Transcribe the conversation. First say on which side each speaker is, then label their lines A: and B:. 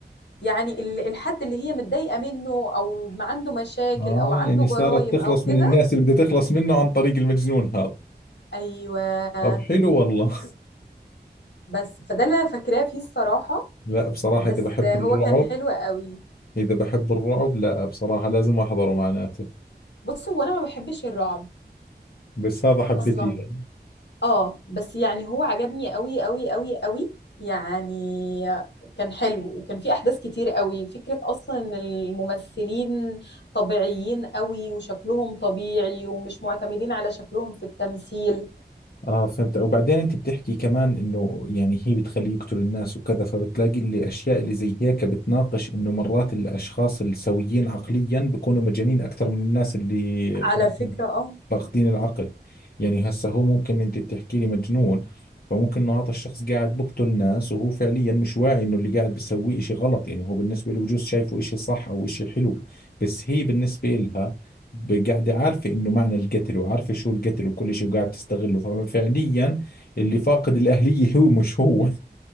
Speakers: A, on the left (about 80°); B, on the left (about 60°).
A: يعني ال- الحد اللي هي متضايقه منه او ما عنده مشاكل
B: اه
A: او عنده
B: يعني
A: جرايم
B: صارت تخلص
A: او كده
B: من الناس اللي بدها تخلص منه عن طريق المجنون هذا
A: ايوه
B: طب حلو والله
A: بس فده اللي انا فاكراه فيه الصراحه
B: <laughs> لا بصراحة
A: بس
B: إذا بحب
A: هو
B: الرعب
A: كان حلو قوي
B: إذا بحب الرعب لا بصراحة لازم أحضره معناته
A: بص هو انا ما بحبش الرعب
B: بس هذا حبيتيه
A: اصلا
B: يعني
A: اه بس يعني هو عجبني قوي قوي قوي قوي يعني كان حلو وكان فيه احداث كتير قوي فكرة اصلا ان الممثلين طبيعيين قوي وشكلهم طبيعي ومش معتمدين على شكلهم في التمثيل
B: اه فهمت وبعدين انت بتحكي كمان انه يعني هي بتخليه يقتل الناس وكذا فبتلاقي اللي اشياء اللي زي هيك بتناقش انه مرات الاشخاص السويين عقليا بيكونوا مجانين اكثر من الناس اللي
A: على
B: فاهمين
A: فكرة اه
B: فاقدين العقل يعني هسه هو ممكن انت بتحكي لي مجنون فممكن انه هذا الشخص قاعد بقتل ناس وهو فعليا مش واعي انه اللي قاعد بيسويه اشي غلط يعني هو بالنسبة له بجوز شايفه اشي صح او اشي حلو بس هي بالنسبة لها ب- قاعدة عارفة انه معنى القتل وعارفة شو القتل وكل اشي وقاعد تستغله ففعليا اللي فاقد الاهلية <laughs> هو مش هو